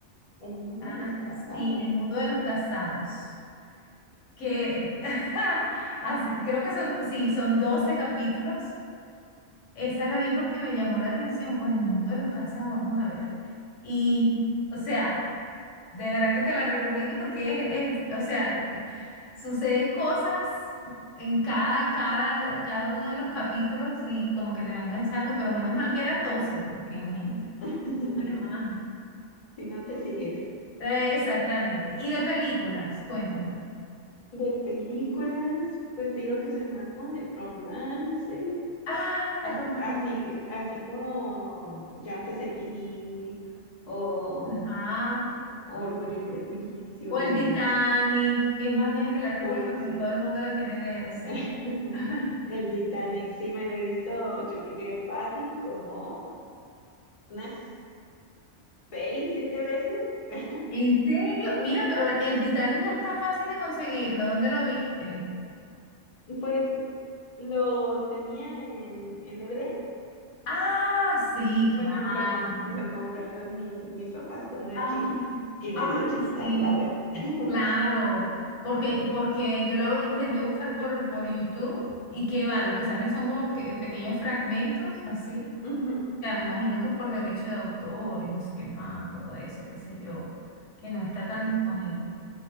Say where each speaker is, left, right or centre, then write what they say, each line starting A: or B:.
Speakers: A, on the left; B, on the left.
A: El mundo
B: Ah,
A: de los casados.
B: sí, El Mundo de los Casados, que <laughs> así, creo que son, sí, son 12 capítulos. Esa la vi porque me llamó la atención, pues El Mundo de los Casados, vamos a ver. Y, o sea... De verdad que te la recomiendo porque es, es- o sea, que suceden cosas en cada, cada, cada uno de los capítulos y como que te va enganchando, pero menos mal que eran 12 porque imagínate.
A: <laughs>
B: de más.
A: Si no te sigues.
B: Exactamente. Y de películas, cuéntame.
A: De películas, pues te digo que soy más como de romance,
B: Ah, de
A: as-
B: romance.
A: así, así como Yo antes de ti, o
B: Ajá.
A: Orgullo y Prejuicio.
B: O el Titanic, que es más vieja que la República,
A: Oh,
B: pero
A: sí.
B: todo el mundo la quiere ver, o sea.
A: <laughs>
B: <laughs>
A: El Titanic, sí me lo he visto, yo creo que fácil, como unas seis, siete veces. <laughs>
B: ¿En serio? Mira, pero el el Titanic no está fácil de conseguirlo. ¿Dónde lo viste?
A: Pues lo tenía en, en DVD.
B: Ah, sí,
A: Bueno,
B: claro.
A: lo, com- lo compraron mi- mis papás cuando era
B: Ah,
A: chiquita y desde
B: ay,
A: chiquita
B: sí,
A: la veo. <laughs>
B: claro. Porque, porque yo la voy intenté buscar por, por YouTube y qué va, lo que salen son como que pequeños fragmentos así.
A: Ujú.
B: Ya me imagino que es por derecho de autor y no sé qué más, todo eso, qué sé yo, que no está tan disponible.